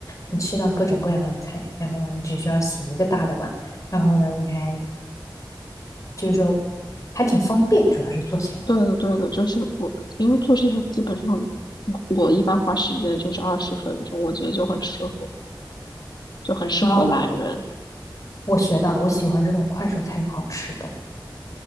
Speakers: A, on the left; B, on the left.
A: 你吃到各种各样的菜，然后呢，你只需要洗一个大的碗，然后呢，你还就是说还挺方便，主要是做起来。
B: 对的，对的，就是我，因为做这些基本上我一般花时间就是二十分钟，我觉得就很适合。就很适合懒人。
A: 好，我学到了，我喜欢这种快手菜有好吃的，